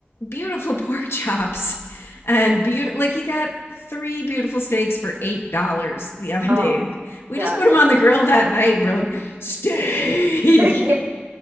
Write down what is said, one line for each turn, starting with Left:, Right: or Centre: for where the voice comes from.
Left: beautiful <laughs> pork chops and beautiful like he got three beautiful steaks for eight dollars the other
Right: Um,
Left: day. We
Right: that
Left: just put them on
Right: is amazing.
Left: the grill that night and we're like, steak.
Right: <laughs> Yeah,